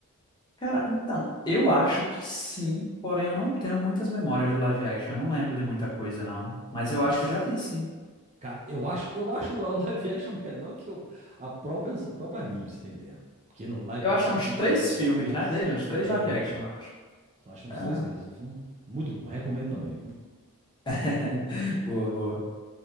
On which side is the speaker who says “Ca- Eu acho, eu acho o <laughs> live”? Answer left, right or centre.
Right